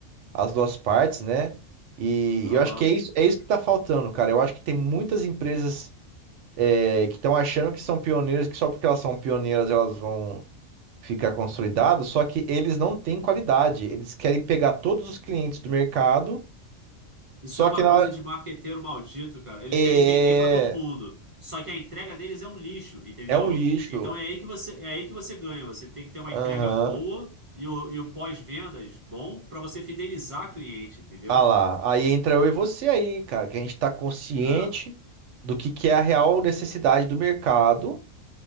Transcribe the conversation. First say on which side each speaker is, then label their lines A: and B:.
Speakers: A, on the right; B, on the right.
A: as duas partes, né? E
B: aham.
A: eu acho que é isso, é isso que tá faltando, cara. Eu acho que tem muitas empresas é, que estão achando que são pioneiras, que só porque elas são pioneiras elas vão ficar consolidadas, só que eles não têm qualidade. Eles querem pegar todos os clientes do mercado,
B: Isso
A: só
B: é uma
A: que na
B: coisa
A: hora.
B: de marqueteiro maldito, cara. Eles
A: É,
B: querem vender pra todo mundo. Só que a entrega deles é um lixo, entendeu?
A: é um lixo.
B: Então é aí que você, é aí que você ganha. Você tem que ter uma
A: Aham.
B: entrega boa e o, e o pós-vendas bom pra você fidelizar cliente, entendeu?
A: Ah lá. Aí entra eu e você aí, cara, que a gente tá consciente
B: É.
A: do que que é a real necessidade do mercado.